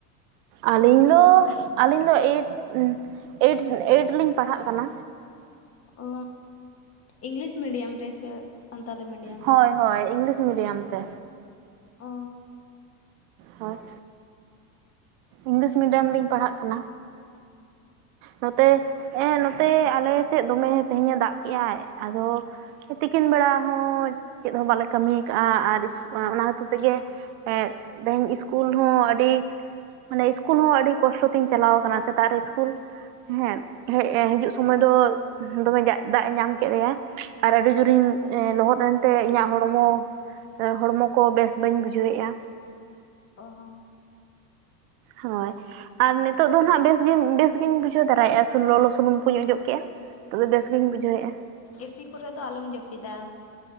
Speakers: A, on the right; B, on the left.
A: ᱟᱹᱞᱤᱧ ᱫᱚ ᱟᱹᱞᱤᱧ ᱫᱚ ᱮᱭᱤᱴ ᱮᱭᱤᱴ ᱮᱭᱤᱴ ᱨᱮᱞᱤᱧ ᱯᱟᱲᱦᱟᱜ ᱠᱟᱱᱟ
B: ᱚ, ᱤᱝᱞᱤᱥ ᱢᱤᱰᱤᱭᱟᱢ ᱛᱮ ᱥᱮ ᱥᱟᱱᱛᱟᱞᱤ ᱢᱤᱰᱤᱭᱟᱢ
A: ᱦᱳᱭ
B: ᱨᱮ
A: ᱦᱳᱭ ᱤᱝᱞᱤᱥ ᱢᱤᱰᱤᱭᱟᱢ ᱛᱮ
B: ᱚ
A: ᱦᱟᱴ, ᱤᱝᱞᱤᱥ ᱢᱤᱰᱤᱭᱟᱢ ᱨᱮᱞᱤᱧ ᱯᱟᱲᱦᱟᱜ ᱠᱟᱱᱟ ᱱᱚᱛᱮ ᱮᱸ ᱱᱚᱛᱮ ᱟᱞᱮ ᱥᱮᱫ ᱫᱚᱢᱮ ᱛᱮᱦᱮᱧᱼᱮ ᱫᱟᱜ ᱠᱮᱜ-ᱟᱭ ᱟᱫᱚ ᱛᱤᱠᱤᱱ ᱵᱮᱲᱟ ᱦᱚᱸ ᱪᱮᱫ ᱦᱚᱸ ᱵᱟᱞᱮ ᱠᱟᱹᱢᱤᱭ ᱟᱠᱟᱜᱼᱟ ᱟᱨ ᱚᱱᱟ ᱦᱚᱛᱮᱛᱮ ᱛᱮᱜᱮ ᱮᱸᱫ ᱛᱮᱦᱮᱧ ᱥᱠᱩᱞ ᱦᱚᱸ ᱟᱹᱰᱤ ᱢᱟᱱᱮ ᱤᱥᱠᱩᱞ ᱦᱚᱸ ᱟᱹᱰᱤ ᱠᱚᱥᱴᱚ ᱛᱤᱧ ᱪᱟᱞᱟᱣ ᱟᱠᱟᱱᱟ ᱥᱮᱛᱟᱜ ᱨᱮ ᱤᱥᱠᱩᱞ ᱦᱮᱸ ᱦᱮᱡ ᱦᱤᱡᱩᱜ ᱥᱚᱢᱚᱭ ᱫᱚ ᱫᱚᱢᱮ ᱫᱟᱜ-ᱮ ᱧᱟᱢ ᱠᱮᱫ ᱞᱮᱭᱟ ᱟᱨ ᱟᱹᱰᱤ ᱡᱳᱨᱤᱧ ᱞᱚᱦᱚᱫ ᱮᱱᱛᱮ ᱤᱧᱟᱹᱜ ᱦᱚᱲᱢᱚ ᱦᱚᱲᱢᱚ ᱠᱚ ᱵᱮᱥ ᱵᱟᱹᱧ ᱵᱩᱡᱷᱟᱹᱣᱮᱜᱼᱟ
B: ᱚ
A: ᱦᱳᱭ ᱟᱨ ᱱᱤᱛᱚᱜ ᱫᱚ ᱱᱟᱦᱟᱜ ᱵᱮᱥ ᱜᱮ, ᱵᱮᱥᱜᱤᱧ ᱵᱩᱡᱷᱟᱹᱣ ᱫᱟᱨᱟᱭᱮᱜᱼᱟ ᱥᱩᱱ, ᱞᱚᱞᱚ ᱥᱩᱱᱩᱢ ᱠᱚᱧ ᱚᱡᱚᱜ ᱠᱮᱜᱼᱟ ᱛᱚᱵᱮ ᱵᱮᱥᱜᱤᱧ ᱵᱩᱡᱷᱟᱹᱣᱮᱜᱼᱟ
B: ᱮᱥᱤ ᱠᱚᱨᱮ ᱫᱚ ᱟᱞᱚᱢ ᱡᱟᱹᱯᱤᱫᱟ᱾